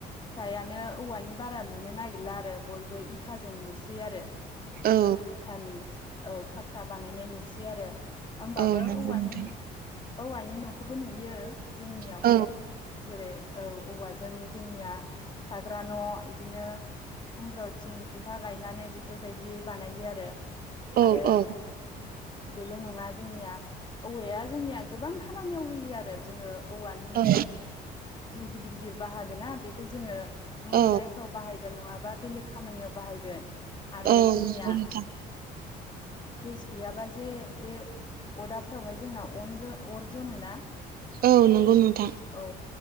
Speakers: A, on the left; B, on the right.
A: फारायानो औवानि बारा लुनो नागिरला आरो बयबो इथाजों लुसै आरो।
B: औ
A: इथानि औ फाक्का बानायनाय नुसै आरो होमबाबो
B: औ नंगौ
A: औवानि
B: नोंथां
A: औवानि न'खौबो नुयो जोंनियावहाय
B: औ
A: जेरै औ औवाजों जोंनिया थाग्रा न' बिदिनो उखुमफ्राव थिं खुन्था गायनानै बेफोरबायदि बानायो आरो
B: औ
A: आरो
B: औ
A: बेल' नङा जोंनिया औवाया जोंनिया गोबां खामानि खामानियाव होयो आरो जोङो औवानि
B: औ
A: बे जि गिदिर गिदिर बाहागोन ना बेखौ जोङो न'
B: औ
A: लुनायफ्राव बाहायगोन नङाबा बेलेग खामानियाव बाहायगोन आरो
B: नंगौ
A: जोंनिया
B: नोंथां
A: गेस गैयाबा जे बे अदाबफोरावहाय जोंना अर अरजों जनो ना
B: औ नंगौ नोंथां
A: औ